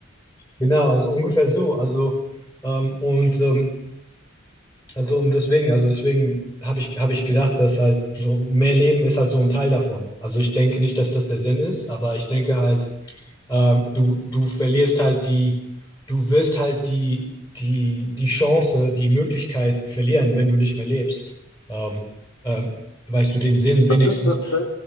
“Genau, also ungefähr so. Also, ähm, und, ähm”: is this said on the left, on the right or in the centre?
Left